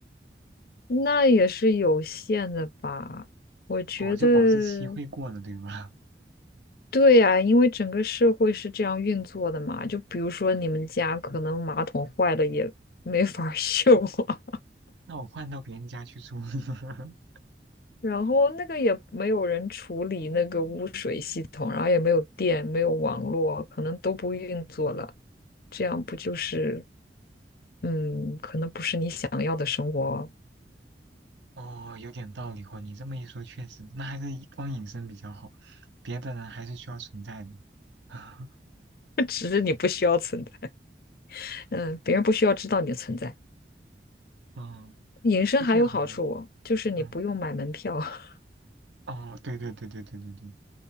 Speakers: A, on the left (about 55°); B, on the right (about 90°).
A: 那也是有限的吧？我觉得，
B: 哦，就保质期会过的，对吧？<laughs>
A: 对啊，因为整个社会是这样运作的嘛。就比如说你们家可能马桶坏了也没法儿 <laughs> 修啊。
B: 那我换到别人家去住，<laughs>
A: 然后那个也没有人处理那个污水系统，然后也没有电，没有网络，可能都不运作了。这样不就是，嗯，可能不是你想要的生活，
B: 哦，有点道理哦。你这么一说，确实，那还是以光隐身比较好，别的人还是需要存在的。<laughs>
A: <laughs> 只是你不需要存在，嗯，别人不需要知道你的存在。
B: 嗯，
A: 隐身还有好处哦，
B: 就最好，
A: 就是你不用买门票，
B: 嗯，
A: <laughs>
B: 哦，对对对对对对对。